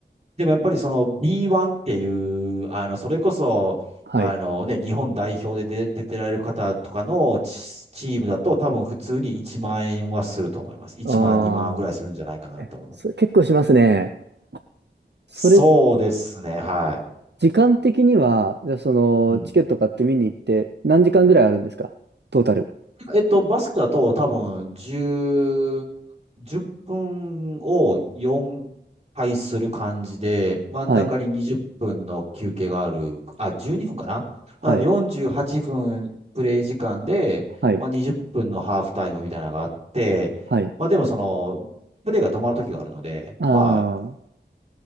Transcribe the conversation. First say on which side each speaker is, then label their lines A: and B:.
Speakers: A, on the right (about 35°); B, on the right (about 70°).
A: でもやっぱりその B1 っていう、あの、それこそ、
B: はい。
A: あのね、日本代表で出、出てられる方とかのチ、チームだと多分普通に1万円はすると思います。1万、
B: あ
A: 2万ぐらいするんじゃないかなと思います。
B: ー、え、それ結構しますね。それ、
A: そうですね、は
B: 時間的には、じゃあその、
A: い。うん。
B: チケット買って見に行って、何時間ぐらいあるんですかトータル。
A: えっと、バスケだと多分10 10分を4回する感じで、真ん中に20分の休憩がある。
B: はい、
A: あ、12分かななので48分プレイ時間で、
B: はい、はい、
A: まあ、20分のハーフタイムみたいなのがあって、
B: はい。
A: まあでもその、プレイが止まる時があるので、
B: あ
A: まあ、